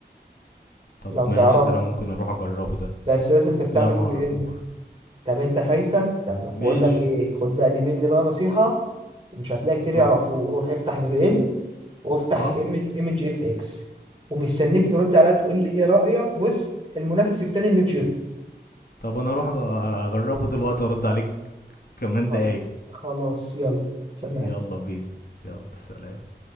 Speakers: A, on the left; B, on the right.
A: طب
B: لو تعرف
A: ماشي ده انا ممكن اروح اجربه ده
B: بس لازم تفتح
A: لا
B: له
A: ما
B: في
A: اعرفوش
B: بي ان طب انت فايتك طب بقول
A: ماشي
B: لك ايه خد بقى دي مني بقى نصيحه ومش هتلاقي كتير يعرفوه
A: اه
B: روح افتح في بي ان وافتح
A: اه
B: ايمج اف اكس ومستنيك ترد عليا تقول لي ايه رايك بص المنافس التاني الميدجر
A: طب انا اروح أج- اجربه دلوقتي وارد عليك كمان
B: خ-
A: دقايق
B: خلاص يلا سلام
A: يلا بينا يلا سلام